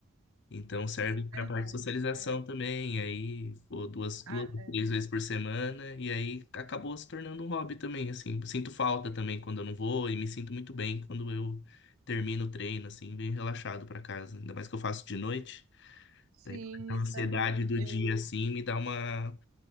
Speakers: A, on the left (about 55°); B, on the right (about 85°).
A: Então, serve
B: Sim,
A: para
B: verdade.
A: parte de socialização
B: É.
A: também. Aí, pô, duas, duas,
B: Ah, é.
A: três vezes por semana. E aí, acabou se tornando um hobby também, assim. Sinto falta também quando eu não vou. E me sinto muito bem quando eu termino o treino, assim, venho relaxado para casa. Ainda mais que eu faço de noite.
B: Sim,
A: Daí, a
B: isso
A: ansiedade
B: é bom.
A: do
B: Eu,
A: dia, assim, me dá uma